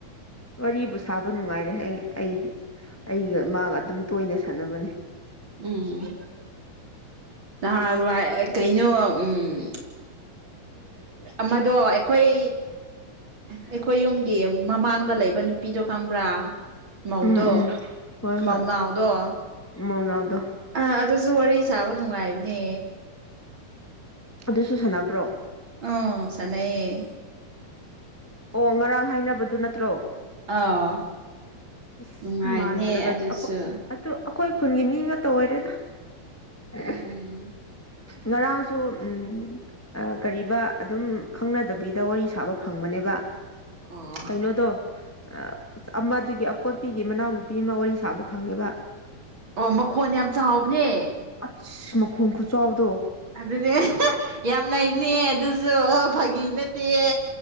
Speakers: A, in the centre; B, on the right.
A: ꯋꯥꯔꯤꯕꯨ ꯁꯥꯕ ꯅꯨꯡꯉꯥꯏꯔꯦ ꯑꯩꯑꯩ ꯑꯩ ꯒ ꯑ ꯒ ꯑꯗꯨꯝ ꯇꯣꯢꯅ ꯁꯥꯟꯅꯕꯅꯦ
B: ꯎꯝ
A: <unintelligible>
B: ꯅꯍꯥꯟꯋꯥꯏ ꯀꯩꯅꯣ ꯎꯝ ꯑꯃꯗꯣ ꯑꯩꯈꯣꯏ ꯑꯩꯈꯣꯏ ꯌꯨꯝꯒꯤ ꯃꯃꯥꯡꯗ ꯂꯩꯕ ꯅꯨꯄꯤꯗꯣ ꯈꯪꯕ꯭ꯔꯥ ꯃꯧꯗꯣ
A: ꯎꯝ ꯎꯝ ꯍꯣꯏ
B: ꯃꯧꯅꯥꯎꯗꯣ
A: ꯍꯣꯏ ꯃꯧꯅꯥꯎꯗꯣ
B: ꯑꯥ ꯑꯗꯨꯁꯨ ꯋꯥꯔꯤ ꯁꯥꯕ ꯅꯨꯡꯉꯥꯏꯕꯅꯦ
A: ꯑꯗꯨꯁꯨ ꯁꯥꯟꯅꯕ꯭ꯔꯣ
B: ꯑꯣ ꯁꯥꯅꯩꯌꯦ
A: ꯑꯣ ꯉꯔꯥꯡ ꯍꯥꯏꯅꯕꯗꯨ ꯅꯠꯇ꯭ꯔꯣ
B: ꯑꯥꯎ
A: ꯑꯁ
B: ꯅꯨꯡꯉꯥꯏꯕꯅꯦ
A: ꯃꯥꯟꯗ꯭ꯔꯒ
B: ꯑꯗꯨꯁꯨ
A: ꯑꯈꯣꯏ ꯑꯗꯨ ꯑꯩꯈꯣꯢ ꯈꯨꯟꯒꯤ ꯃꯤꯉꯥꯛ ꯇ ꯑꯣꯏꯔꯦꯗ ꯑꯍꯦꯍꯦ
B: ꯎꯝ
A: ꯉꯔꯥꯡꯁꯨ ꯎꯝ ꯀꯔꯤꯕ ꯑꯗꯨꯝ ꯈꯪꯅꯗꯕꯤꯗ ꯋꯥꯔꯤ ꯁꯥꯕ ꯐꯪꯕꯅꯦꯕ
B: ꯑꯣ
A: ꯀꯩꯅꯣꯗꯣ ꯑ ꯑꯃꯗꯨꯒꯤ ꯑꯀꯣꯠꯄꯤꯒꯤ ꯃꯅꯥꯎꯅꯨꯄꯤ ꯑꯃ ꯋꯥꯔꯤ ꯁꯥꯕ ꯐꯪꯉꯦꯕ
B: ꯑꯣ ꯃꯈꯣꯟ ꯌꯥꯝ ꯆꯥꯎꯕꯅꯦ
A: ꯑꯁ ꯃꯈꯣꯡ ꯈꯨꯆꯥꯎꯗꯣ
B: ꯑꯗꯨꯅꯦ ꯑꯍ ꯌꯥꯝ ꯅꯩꯕꯅꯦ ꯑꯗꯨꯁꯨ ꯐꯥꯒꯤ ꯅꯠꯇꯦ ꯌꯦ